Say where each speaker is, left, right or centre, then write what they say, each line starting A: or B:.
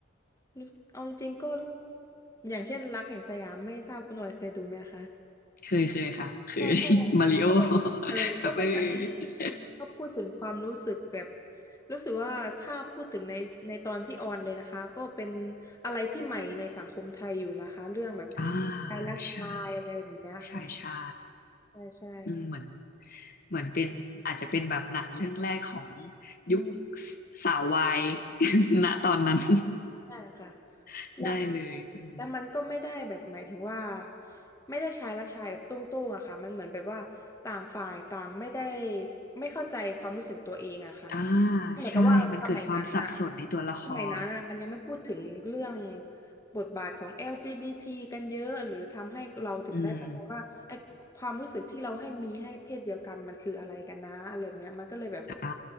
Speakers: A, on the left; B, on the left.
A: รู้สึกเอาจริงๆก็อย่างเช่นรักแห่งสยามไม่ทราบคุณหน่อยเคยดูไหมคะ
B: เคยเคยค่ะเคย
A: ใช่ก็
B: <laughs> มาริโอ
A: ก็เป็นเออก็เป็นหนังอืมก็พูดถึงความรู้สึกแบบ
B: <laughs> แบบเออ
A: รู้สึกว่าถ้าพูดถึงในในตอนที่ออนเลยนะคะก็เป็นอะไรที่ใหม่ในสังคมไทยอยู่นะคะ
B: <laughs> อ่า
A: ชายรักชายอะไรแบบเนี้ยค่ะ
B: ใช่ใช่ใช่
A: ใช่ใช่
B: อืมเหมือนเหมือนเป็นอาจจะเป็นแบบหนังเรื่องแรกของ
A: อืม
B: ยุคสสาววาย <laughs> ณตอนนั้น
A: ใช่ค่ะ
B: <laughs>
A: และ
B: ได้เลยอืม
A: แต่มันก็ไม่ได้แบบหมายถึงว่าไม่ได้ชายรักชายแบบตุ้งๆอะค่ะมันเหมือนแบบว่าต่างฝ่ายต่างไม่ได้ไม่เข้าใจความรู้สึกตัวเองอะค่ะ
B: อ่า
A: เหมือนกับว่าสมัยนั้นอะ
B: ใช่มันเกิดความสับสนในตัวละคร
A: สมัยนั้นอะมันยังไม่พูดถึงเรื่องบทบาทของ LGBT กันเยอะหรือทำให้เราถึงได้เข้าใจว่าไอ้ความรู้สึกที่เราให้มีให้เพศเดียวกันมันคืออะไรกันนะอะไรแบบเนี้ยมันก็เลยแบบ
B: อืมอ่